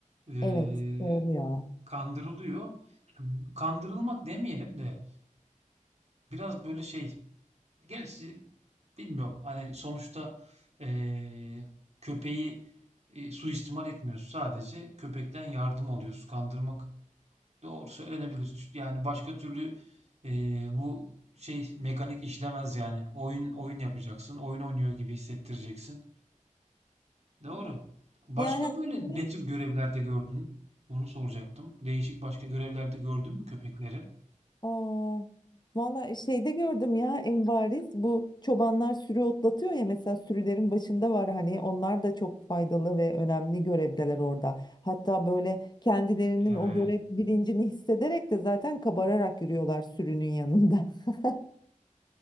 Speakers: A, on the right (about 55°); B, on the left (about 30°).
A: eee,
B: Evet, doğru ya.
A: kandırılıyor. Kandırılmak demeyelim de biraz böyle şey. Gerçi bilmiyorum. Hani sonuçta eee, köpeği eee, suistimal etmiyoruz. Sadece köpekten yardım alıyoruz. Kandırmak Doğru söylenebilir. Yani başka türlü eee, bu şey mekanik işlemez yani. Oyun oyun yapacaksın. Oyun oynuyor gibi hissettireceksin. Doğru.
B: Evet.
A: Başka
B: Yani aslında
A: böyle ne tür görevlerde gördün? Onu soracaktım. Değişik başka görevlerde gördün mü köpekleri?
B: Aa, valla şeyde gördüm ya en bariz bu çobanlar sürü otlatıyor ya mesela sürülerin başında var hani onlar da çok faydalı ve önemli görevdeler orada. Hatta böyle kendilerinin
A: Evet.
B: o görev bilincini hissederek de zaten kabararak yürüyorlar sürünün yanında. <laughs>